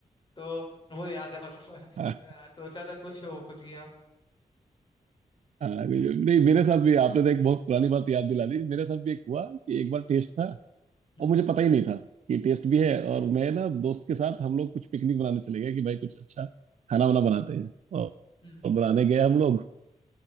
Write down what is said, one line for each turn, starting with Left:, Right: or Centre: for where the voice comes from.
Left: तो वो याद है मतलब <laughs>
Right: हाँ
Left: अ, सोचा था कुछ हो कुछ गया
Right: हाँ, नहीं नहीं, मेरे साथ भी आपने तो एक बहुत पुरानी बात याद दिला दी मेरे साथ भी एक हुआ कि एक बार टेस्ट था
Left: हम्म
Right: और मुझे पता ही नहीं था कि टेस्ट भी
Left: हम्म
Right: है और मैं ना दोस्त के साथ हम लोग कुछ पिकनिक बनाने चले गए कि भाई कुछ अच्छा खाना वाना बनाते हैं और,
Left: हम्म
Right: और बनाने गए हम लोग